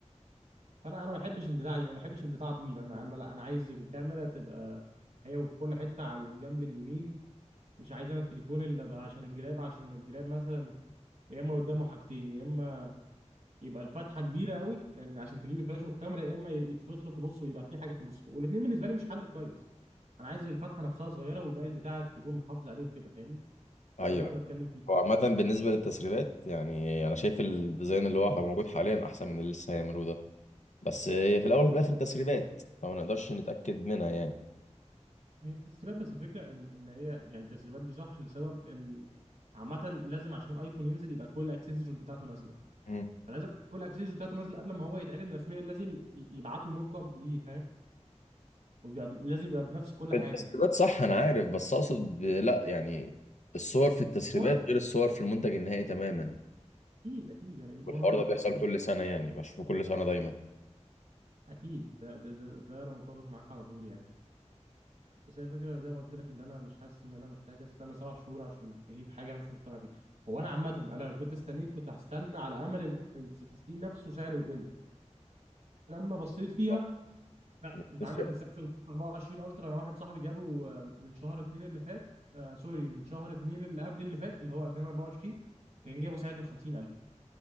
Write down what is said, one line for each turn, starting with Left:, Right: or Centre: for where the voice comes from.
Right: فانا انا ما بحبش البتاعه دي انا ما بحبش البتاعه طويله انا انا لا انا عايز الكاميرا تبقى هي في كل حته على الجنب اليمين مش عايز انا التليفون اللي ابقى عشان الجراب عشان الجراب مثلا يا اما قدامه حاجتين يا اما يبقى الفتحه كبيره قوي لان عشان تجيب الفلاش والكاميرا يا اما يتفصلوا في نص ويبقى في حاجه في النص والاثنين بالنسبه لي مش حل كويس انا عايز الفتحه نفسها صغيره وباقي البتاع التليفون متحافظ عليه وكده فاهمني
Left: أيوه
Right: فده اللي انا بتكلم فيه
Left: هو عامة بالنسبة للتسريبات يعني أنا شايف الديزاين اللي هو موجود حاليا أحسن من اللي لسه هيعملوه ده بس هي في الأول وفي الآخر تسريبات فما نقدرش نتأكد منها يعني
Right: هي التسريبات بس الفكره ان ان هي يعني التسريبات دي صح لسبب ان عامه لازم عشان ايفون ينزل يبقى كل الاكسسوارز بتاعته نازله
Left: مم.
Right: فلازم كل الاكسسوارز بتاعته نازله قبل ما هو يتعلن رسميا لازم ي- يبعتوا موك اب ليه فاهم وبيبقى لازم يبقى بنفس كل
Left: التسريبات
Right: حاجه
Left: صح أنا عارف بس أقصد ب- لأ يعني الصور في التسريبات
Right: هو
Left: غير الصور في المنتج النهائي تماما
Right: اكيد اكيد يعني 100%
Left: والحوار ده بيحصل كل سنة يعني بشوفه كل سنة دايما
Right: اكيد ده ده ده, ده انا متفق معاك على طول يعني بس هي الفكرة زي ما قلت لك اللي انا مش حاسس ان انا محتاج استنى سبع شهور عشان اجيب حاجة انا مش مقتنع بيها هو انا عامة انا لو كنت استنيت كنت هستنى على امل ان ال 16 نفسه سعره يقل لما بصيت فيها
Left: آه.
Right: لا
Left: مش
Right: انت
Left: بتفرق
Right: عندك السامسونج 24 الترا انا واحد صاحبي جابه آه، من شهر اتنين اللي فات آه سوري من شهر اتنين اللي قبل اللي فات اللي هو 2024 كان جايبه ساعتها ب 50000